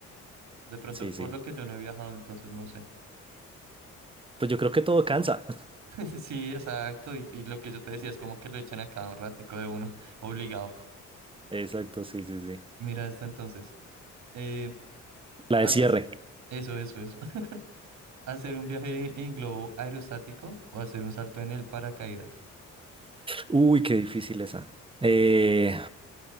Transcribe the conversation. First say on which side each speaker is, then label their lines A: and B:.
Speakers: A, on the right; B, on the right.
A: De pronto,
B: Sí,
A: por
B: sí.
A: lo que yo no he viajado, entonces no sé.
B: Pues yo creo que todo cansa.
A: <laughs> Sí, exacto. Y, y lo que yo te decía es como que lo echan a cada ratico de uno, <laughs> obligado.
B: <laughs> Exacto, sí, sí, sí.
A: Mira esta entonces. Eh,
B: La de
A: hace...
B: cierre.
A: Eso, eso, eso. <laughs> ¿Hacer un viaje en, en globo aerostático o hacer un salto en el paracaídas?
B: Uy, qué difícil esa. Eh,